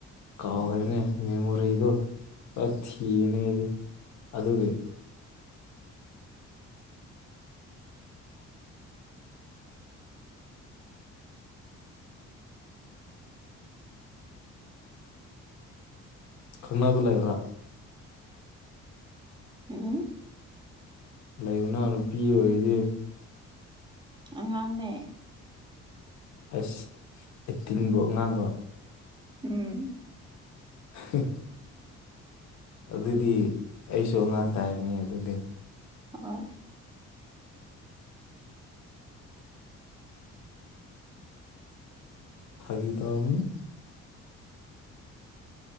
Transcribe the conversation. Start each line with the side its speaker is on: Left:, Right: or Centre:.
Left: ꯀꯥꯎ꯭ꯔꯦꯅꯦ ꯃꯦꯃꯣꯔꯤꯗꯨ ꯑ ꯊꯤꯕꯅꯦ ꯑꯩꯗꯤ ꯑꯗꯨꯒꯤ ꯈꯪꯅꯕ ꯂꯩꯕ꯭ꯔꯥ
Right: ꯎꯝꯍꯝ
Left: ꯂꯩꯌꯨꯅ ꯅꯨꯄꯤ ꯑꯣꯏꯗꯤ
Right: ꯑꯉꯥꯡꯅꯦ
Left: ꯑꯁ ꯑꯦꯠꯇꯤꯟꯕꯨ ꯑꯉꯥꯡꯔꯣ
Right: ꯎꯝ
Left: ꯍ ꯑꯗꯨꯗꯤ ꯑꯩꯁꯨ ꯑꯉꯥꯡ ꯇꯥꯔꯅꯤ ꯑꯗꯨꯗꯤ
Right: ꯍꯣꯏ
Left: ꯐꯥꯒꯤ ꯇꯧꯕꯅꯤ